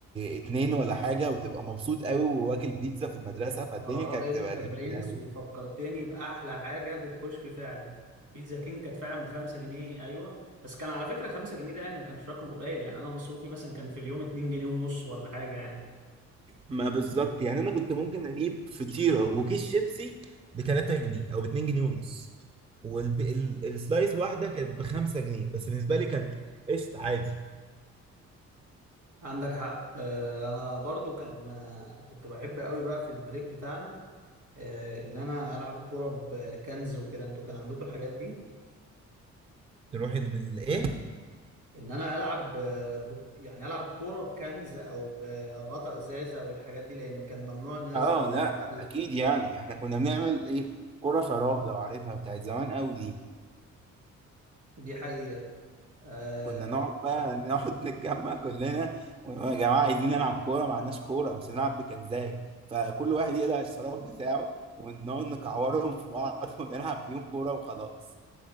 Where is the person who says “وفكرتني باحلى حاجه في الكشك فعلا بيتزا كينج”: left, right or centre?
Right